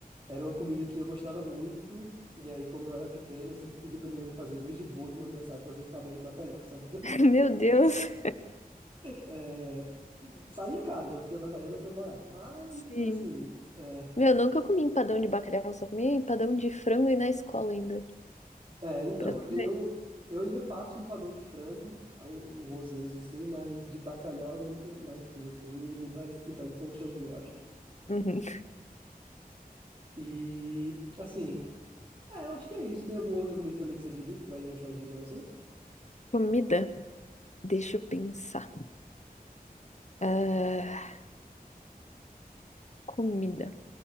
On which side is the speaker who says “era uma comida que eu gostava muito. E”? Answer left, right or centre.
Right